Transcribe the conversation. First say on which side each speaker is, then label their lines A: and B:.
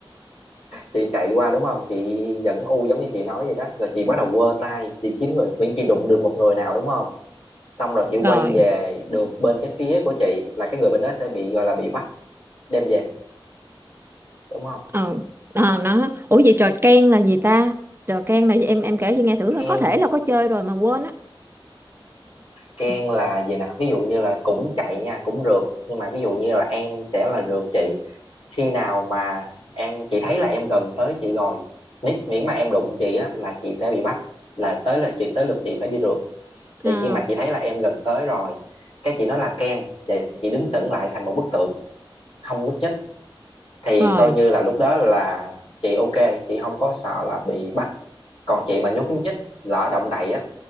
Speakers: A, on the left; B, on the right.
A: chị chạy qua đúng không chị dẫn u giống như chị nói vậy đó rồi chị bắt đầu quơ tay chị kiếm người miễn chị đụng được một người nào đúng không xong rồi chị quay
B: rồi
A: về được bên cái phía của chị là cái người bên đó sẽ bị gọi là bị bắt đem về đúng không
B: ờ Ờ, nó ủa vậy trò ken là gì ta trò ken là gì em em kể cho nghe thử
A: Ken
B: coi. có thể là có chơi rồi mà quên á
A: Ken
B: Ừ,
A: là gì nào ví dụ như là cũng chạy nha cũng rượt nhưng mà ví dụ như là em sẽ là rượt chị khi nào mà em chị thấy là em gần tới chị rồi mi- miễn mà em đụng chị á là chị sẽ bị bắt là tới là chị tới lượt chị phải đi rượt thì
B: Ờ,
A: khi mà chị thấy là em gần tới rồi cái chị nói là Ken và chị đứng sững lại thành một bức tượng không nhúc nhích thì
B: rồi
A: coi như là lúc đó là chị ok chị không có sợ là bị bắt còn chị mà nhúc nhích lỡ động đậy á